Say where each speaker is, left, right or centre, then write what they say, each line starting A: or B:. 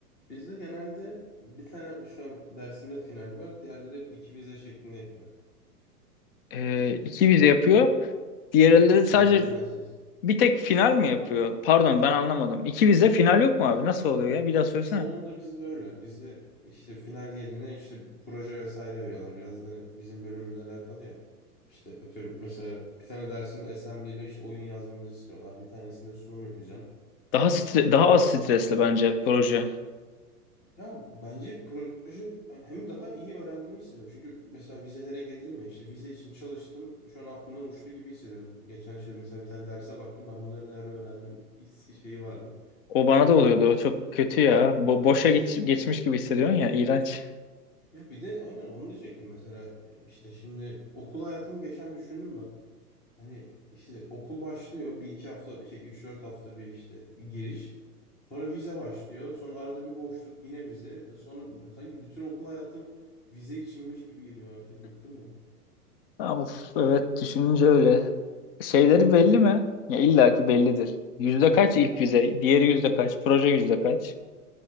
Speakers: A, on the left (about 20°); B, on the left (about 35°).
A: bizde genelde bir tane şu an dersimde final var. Diğerleri hep iki vize şeklinde yapıyor.
B: Ee, iki vize yapıyor. Diğerleri
A: Aynen
B: sadece
A: finalsiz.
B: bir tek final mi yapıyor? Pardon ben anlamadım. İki vize final yok mu abi? Nasıl oluyor ya? Bir daha söylesene.
A: Çoğunda bizde öyle. Bizde işte final yerine işte proje vesaire veriyorlar. Biraz hani bizim bölümle de alakalı ya. İşte atıyorum mesela bir tane dersinde assembly ile işte oyun yazmamızı istiyorlar. Bir tanesinde sunum yapacağım.
B: Daha stre- daha az stresli bence proje.
A: Ya bence proje e, hem daha iyi öğrendiğimi hissediyorum. Çünkü mesela vizelere girdim ya işte vize için çalıştım. Şu an aklımdan uçtu gibi hissediyorum. Geçen işte mesela bir tane derse baktım ben bunları nerede öğrendim <laughs> hissi şeyi vardı.
B: O bana da oluyordu. O çok kötü ya. Bo boşa geç geçmiş gibi hissediyorsun ya. İğrenç.
A: Ya bir de aynen onu diyecektim mesela e, işte şimdi okul hayatımı geçen düşündüm ben. Hani işte okul başlıyor bir iki hafta şey üç dört hafta bir işte giriş. Sonra vize başlıyor. Sonra arada bir boşluk yine vize. E, Sonra sanki bütün okul hayatım vize içinmiş gibi geliyor artık bıktım ya.
B: Ya Of, evet düşününce öyle. Şeyleri belli mi? Ya illa ki bellidir. Yüzde kaç ilk vize? Diğeri yüzde kaç? Proje yüzde kaç?